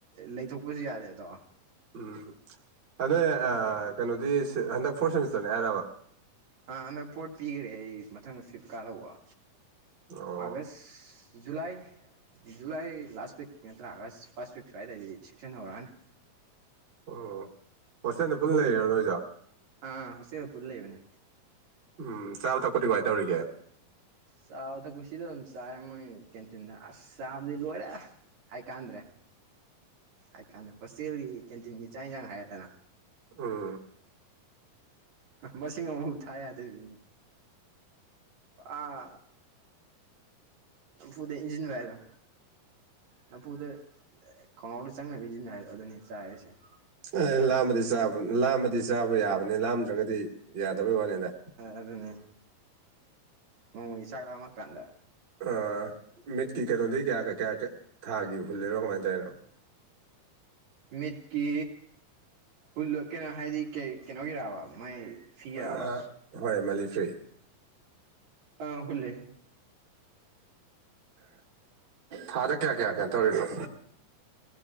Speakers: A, on the right; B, on the right.
A: ꯂꯩꯊꯣꯛꯄꯁꯨ ꯌꯥꯗꯦ ꯑꯗꯣ
B: ꯎꯝ ꯑꯗꯣ
A: ꯑꯗꯨꯅꯤ
B: ꯑꯥ ꯀꯩꯅꯣꯗꯤ ꯍꯟꯗꯛ ꯐꯣꯔ ꯁꯦꯃꯤꯁꯇꯔꯅꯦ ꯍꯥꯏꯔꯣ
A: ꯥ ꯍꯟꯗꯛ ꯄꯣꯠ ꯄꯤꯈꯔꯦ ꯑꯩ ꯃꯊꯪ ꯐ꯭ꯂꯤꯞꯀꯥꯔꯠ ꯇꯧꯕ
B: ꯑꯣ
A: August July July last week ꯅꯠꯇ꯭ꯔꯥ ꯑꯥꯒꯁ ꯐꯥꯔꯁ ꯋꯤꯛ ꯁ꯭ꯋꯥꯏꯗꯏꯗꯤ ꯁꯦꯛꯁꯟ ꯍꯧꯔꯥꯅꯤ
B: ꯑꯣ ꯍꯣꯁꯇꯦꯜꯗ ꯄꯨꯟꯅ ꯂꯩꯔ ꯅꯣꯏꯖꯨ
A: ꯑꯥ ꯍꯣꯁꯇꯦꯜ ꯄꯨꯜ ꯂꯩꯕꯅꯦ
B: ꯎꯝ ꯆꯥꯕ ꯊꯛꯄ ꯀꯃꯥꯏ ꯇꯧꯔꯤꯒꯦ
A: ꯆꯥꯕ ꯊꯛꯄ ꯁꯤꯗ ꯑꯗꯨꯝ ꯆꯥꯔꯦ ꯃꯣꯏ ꯀꯦꯟꯇꯤꯟꯗ ꯑꯁ ꯆꯥꯕꯗꯤ ꯂꯣꯏꯔꯦ ꯍꯥꯏꯀꯥꯟꯗ꯭ꯔꯦ ꯍꯥꯏ ꯀꯥꯟꯗ ꯍꯣꯁꯇꯦꯜꯒꯤ ꯀꯦꯟꯇꯤꯟꯒꯤ ꯆꯥꯛ ꯌꯦꯟꯁꯥꯡ ꯍꯥꯏꯔꯗꯅ
B: ꯎꯝ
A: ꯃꯁꯤꯡ ꯑꯃꯨꯐꯥꯎ ꯊꯥ ꯌꯥꯗꯕꯤꯅꯦ ꯑꯥ ꯅꯝꯐꯨꯗ ꯏꯟꯖꯤꯟꯕꯥ ꯍꯥꯏꯗꯣ ꯅꯝꯐꯨꯗ ꯈꯣꯡꯒꯥꯎꯗꯣ ꯆꯪꯅꯕ ꯏꯟꯁꯤꯟꯕ ꯍꯥꯏ ꯑꯗꯨꯅꯤ ꯆꯥꯔꯤꯁꯦ
B: ꯑꯦ ꯂꯥꯝꯃꯗꯤ ꯆꯥꯕ ꯂꯥꯝꯃꯗꯤ ꯆꯥꯕ ꯌꯥꯕꯅꯤ ꯂꯥꯝꯗ꯭ꯔꯒꯗꯤ ꯌꯥꯗꯕꯩ ꯋꯥꯅꯤꯗ
A: ꯑꯗꯨꯅꯦ ꯅꯣꯡꯃꯒꯤ ꯆꯥꯛ ꯂꯥꯝꯃꯛꯑꯥ ꯀꯥꯟꯗ
B: ꯑꯥ ꯃꯤꯠꯀꯤ ꯀꯩꯅꯣꯗꯤ ꯀꯌꯥ ꯀꯌꯥ ꯊꯥꯒꯤ ꯍꯨꯜꯂꯤꯔꯣ ꯀꯃꯥꯏꯅ ꯇꯧꯔꯤꯅꯣ
A: ꯃꯤꯠꯀꯤ ꯍꯨꯜꯗꯣ ꯀꯩꯅꯣ ꯍꯥꯏꯗꯤ ꯀꯩ ꯀꯩꯅꯣꯒꯤꯔꯕꯥ ꯃꯥꯏ ꯐꯤꯔꯕ
B: ꯑ ꯍ‌ꯣꯏ ꯝꯜꯂꯤ ꯐꫪꯤ
A: ꯑꯥ ꯍꯨꯜꯂꯦ
B: ꯊꯥꯗ ꯀꯌꯥ ꯀꯌꯥ ꯀꯩꯅꯣ ꯇꯧꯔꯤꯅꯣ